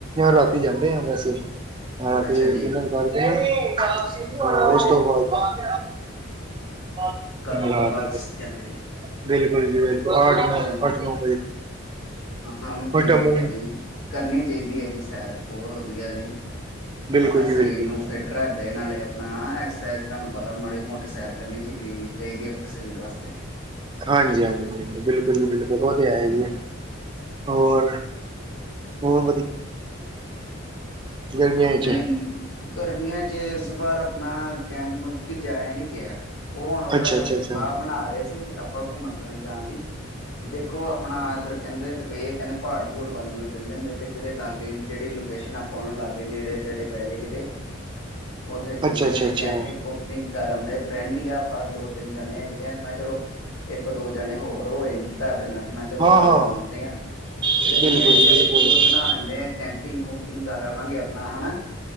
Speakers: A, on the right; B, on the left.
A: ਰਾਤੀ ਜਾਂਦੇ ਆਂ ਵੈਸੇ, ਹਾਂ ਤੇ
B: ਅੱਛਾ ਜੀ
A: ਡਿਨਰ ਕਰਕੇ। ਹਾਂ
B: ਹਾਂਜੀ
A: ਓਸ ਤੋ <unintelligible> <unintelligible>
B: ਕਰਨ ਤੋਂ ਬਾਅਦ ਤੁਸੀਂ ਜਾਂਦੇ ਜੇ
A: ਬਿਲਕੁਲ ਜੀ, ਬਿਲਕੁਲ ਅੱਠ,
B: ਹੂੰ-ਹੂੰ
A: ਅੱਠ-ਨੌਂ
B: ਹਾਂ ਓ ਨਈ,
A: ਵਿਟਾਮਿਨ
B: ਨਈ ਭਾਜੀ ਕਰਨੀ ਚਾਈਦੀ ਜੀ <unintelligible>
A: ਬਿਲਕੁਲ
B: ਆਪਣਾ
A: ਜੀ
B: ਸਰੀਰ
A: ਬਿਲਕੁਲ
B: ਨੂੰ ਫਿੱਟ ਰੱਖਦੇ ਨਾਲੇ਼ ਆਪਣਾ, ਐਕਸਸਾਈਜ਼ ਧੂਆਨੂੰ ਪਤਾ ਮਾੜੀ-ਮੋਟੀ ਸੈਰ ਕਰਨੀ ਚਾਈਦੀ <unintelligible>
A: ਹਾਂਜੀ, ਹਾਂਜੀ। ਬਿਲਕੁਲ ਜੀ, ਬਿਲਕੁਲ, ਓ ਤੇ ਹੈ
B: ਹਾਂਜੀ
A: ਈ ਏ ਹੋਰ, ਹੋਰ <unintelligible> ਚ
B: ਨਏਨ, ਗਰਮੀਆਂ ਚ ਏਸ ਬਾਰ ਆਪਣਾ ਕੈਂਪ ਮਲਬ ਕੇ ਜਾਏਆ ਨਈ ਗੇਆ। ਓ ਹੋਣ ਓਦਾਂ
A: ਅੱਛਾ
B: ਕ
A: ਅੱਛਾ
B: ਅਸ
A: ਅੱਛਾ
B: ਸਲਾਅ ਬਣਾ ਰਏ ਸੀ, ਆਪਾਂ ਘੁੰਮਣ ਫਿਰਨ ਜਾਨ ਦੀ।
A: <unintelligible>
B: ਦੇਖੋ ਅਪਣਾ ਏਦਰ ਕੈਂਦੇ ਤੇ ਪੇ, ਕੈਂਦੇ ਭ੍ਹਾੜ- ਭੂੜ ਵੱਲ ਨੂੰ ਚੱਲ ਜਾਂਦੇ ਤੇ ਕੈਂਦੇ ਕੀਤੇ ਲਾਗੇ ਜੇੜੀ ਲੂ <unintelligible> ਨੇੜੇ-ਤੇੜੇ ਪੈ ਜੇ ਕਿ ਤੇ ਓਥੇ ਚਲ
A: ਅੱਛਾ
B: ਜਾਂਦੇ
A: ਅੱਛਾ ਅੱਛਾ
B: ਕੈਂਪਿੰਗ, ਕੂਪਿੰਗ। ਘਰ ਆਓਂਦੇ ਫਰੈਂਡ ਈ ਆ ਆਪਾਂ ਦੋ, ਤਿੰਨ ਜਣੇ ਹੈਗੇ ਆ ਮੈਂ ਚਲੋ ਏਕ ਦੋ ਜਣੇ ਹੋਰ ਹੋਏ ਨੇ <unintelligible> ਮੈਂ ਚਲੋ
A: ਹਾਂ
B: ਗੱਲ
A: ਹਾਂ
B: ਕਰ ਲੈਂਦੇ ਆਂ,
A: ਬਿਲਕੁਲ
B: ਤੇ ਨੇੜੇ-ਤੇੜੇ
A: ਜੀ ਬਿਲਕੁਲ
B: ਟੂਰ ਬਣਾ ਲੈਂਦੇ ਆ ਕੈਂਪ ਪਿੰ ਕੁੁੰਮਪਿੰਗ ਕਰ ਆਵਾਂਗੇ ਆਪਣਾ ਹਾਨਾ।